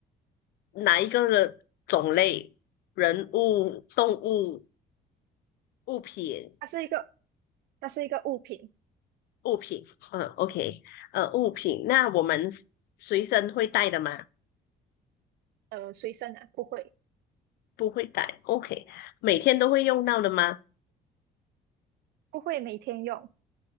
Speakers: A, on the left; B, on the right.
A: 哪一个的种类？人物、动物、物品、
B: 它是一个，它是一个物品，
A: 物品。嗯，OK，呃，物品。那我们随身会带的吗？
B: 呃，随身的，不会，
A: 不会带。OK，每天都会用到的吗？
B: 不会每天用，